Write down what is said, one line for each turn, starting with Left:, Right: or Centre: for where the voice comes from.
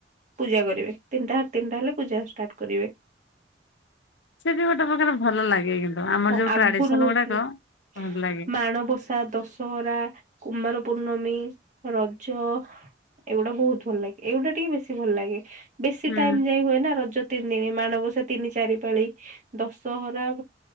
Right: ପୂଜା କରିବେ ତିନିଟା ସାତିନିଟା ହେଲେ ପୂଜା ଷ୍ଟାର୍ଟ କରିବେ।
Left: ସେ ବି ଗୋଟେ ପ୍ରକାର ଭଲ ଲାଗେ କିନ୍ତୁ। ଆମର
Right: ହଁ
Left: ଯୋଉ
Right: ଆଗରୁ
Left: ଟ୍ରାଡିସନ
Right: ହଉଥିଲା
Left: ଗୁଡାକ ଭଲ ଲାଗେ
Right: ମାଣବସା ଦଶ ସହରା କୁମାର ପୂର୍ଣ୍ଣମୀ ରଜ ଏଇଗୁଡା ବହୁତ୍ ଭଲ ଲାଗେ ଏଇଗଟା ଟିକେ ବେଶୀ ଭଲ ଲାଗେ। ବେଶୀ
Left: ହୁଁ
Right: ଟାଇମ୍ ଯାଏ ହୁଏନା ରଜ ତିନି ଦିନ ମାଣବସା ତିନି ଚାରି ପାଳି ଦଶହରା